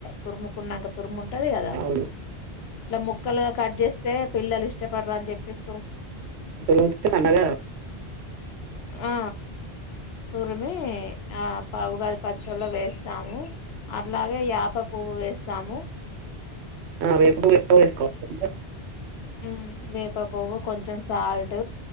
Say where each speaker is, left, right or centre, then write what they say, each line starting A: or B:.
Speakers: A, on the left; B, on the right.
A: తురుముకున్నాక తురుము ట్టది కదా
B: అవును
A: ఇట్లా ముక్కలు కట్ చేస్తే పిల్లలు ఇష్టపడ్ర అని చెప్పేస్
B: <inaudible> పండగ
A: ఆ తురిమి ఆ పా ఉగాది పచ్చడి ల వేస్తాము అట్లాగే యాప పువ్వు వేస్తాము
B: ఆ వే <inaudible>
A: ఊ వేప పువ్వు కొంచెం సల్ట్